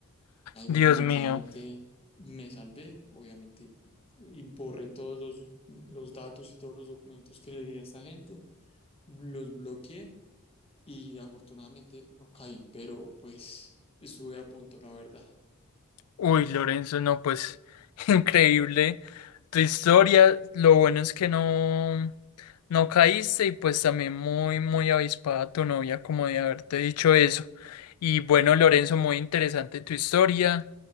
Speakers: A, on the left; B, on the left.
A: Ahí
B: Dios
A: definitivamente
B: mío.
A: me salvé, obviamente, y borré todos los, los datos y todos los documentos que le di a esta gente, los bloqueé y afortunadamente no caí, pero pues estuve a punto, la verdad.
B: Uy, Lorenzo, no, pues <laughs> increíble. tu historia. Lo bueno es que no, no caíste y pues también muy, muy avispada tu novia como de haberte dicho eso. Y bueno, Lorenzo, muy interesante tu historia.